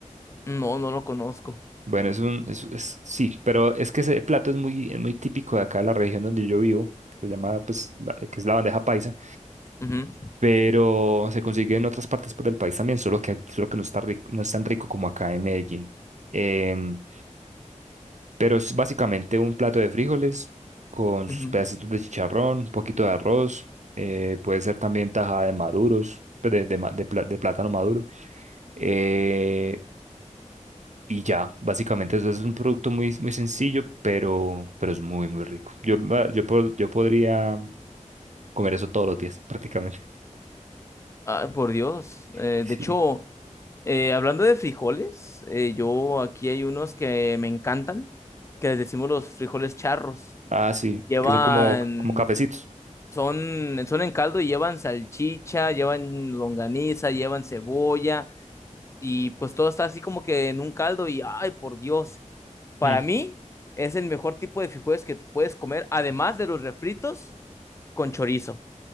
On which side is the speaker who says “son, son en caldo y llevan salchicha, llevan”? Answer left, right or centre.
Left